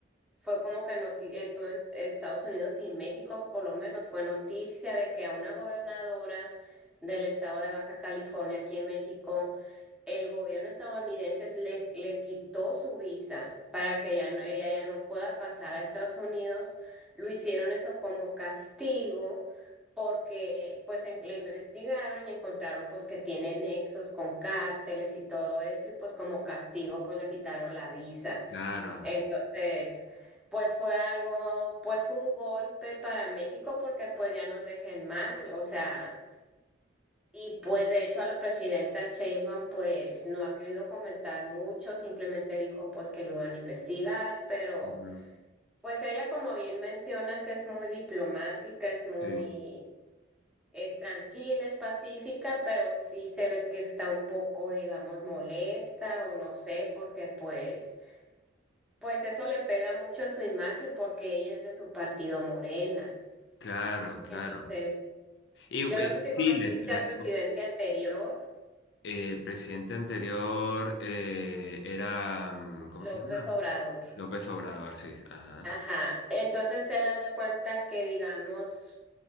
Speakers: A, in the centre; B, on the left.
A: fue como que noti- en todo en- Estados Unidos y México, por lo menos, fue noticia de que a una gobernadora del estado de Baja California aquí en México el gobierno estadounidense le, le quitó su visa para que ella, no- ella ya no pueda pasar a Estados Unidos. Lo hicieron eso como castigo porque pues en- le investigaron y encontraron pues que tiene nexos con cárteles y todo eso y pues como castigo pues le quitaron la visa.
B: claro.
A: Entonces, pues fue algo, pues fue un golpe para México porque pues ya nos dejen mal, o sea... Y pues de hecho a la presidenta Sheinbaum pues no ha querido comentar mucho, simplemente dijo pues que lo iban a investigar, pero
B: Ujú,
A: pues ella como bien mencionas es muy diplomática, es muy,
B: Sí,
A: es tranquila, es pacífica, pero sí se ve que está un poco digamos molesta o no sé, porque pues, pues eso le pega mucho a su imagen porque ella es de su partido Morena.
B: claro, claro.
A: Entonces,
B: Y eh,
A: yo no sé si conociste
B: Chile, la-
A: al presidente anterior,
B: eh, el presidente anterior eh, era, mm, ¿cómo
A: López
B: se llama?
A: Obrador.
B: López Obrador, sí, ajá.
A: Ajá, entonces él hace cuenta que digamos